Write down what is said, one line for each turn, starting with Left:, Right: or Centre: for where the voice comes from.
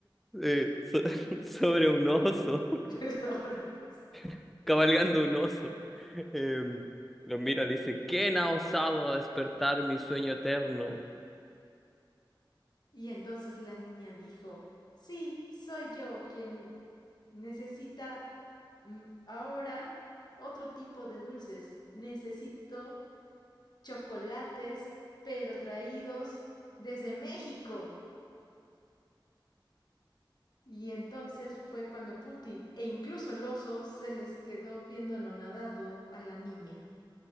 Centre: eh, so- <laughs> sobre un oso,
Left: <laughs>
Centre: <laughs> cabalgando un oso, em, lo mira y dice, ¿quién ha osado a despertar mi sueño eterno?
Left: y entonces la niña dijo, sí, soy yo quien necesita mm, ahora otro tipo de dulces. Necesito chocolates, pero traídos desde México. Y entonces fue cuando Putin e incluso el oso se les quedó viendo anonadado a la niña.